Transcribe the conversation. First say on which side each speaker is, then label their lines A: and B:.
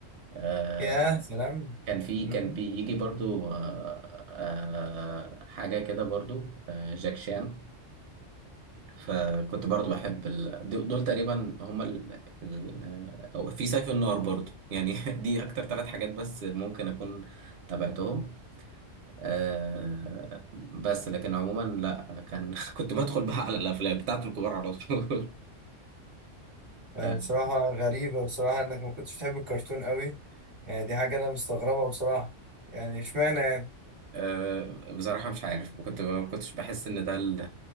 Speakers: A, on the right; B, on the right.
A: أه،
B: يا سلام
A: كان في
B: مم.
A: كان بيجي برضو أه، أه، حاجه كده برضو أه، جاك شان فكنت برضو بحب ال... دو- دول تقريبا هما ال... ال... أو في سيف النار برضو يعني <laughs> دي أكتر ثلاث حاجات بس ممكن أكون تابعتهم أه... بس لكن عموما لا كان <laughs> كنت بدخل بقى على الأفلام بتاعت الكبار على طول
B: آه
A: <laughs>
B: بصراحه غريبه بصراحه انك ما كنتش بتحب الكرتون قوي يعني دي حاجه انا مستغربها بصراحه يعني اشمعنى يعني
A: أه، بصراحة مش عارف ما كنت ما كنتش بحس ان ده ال-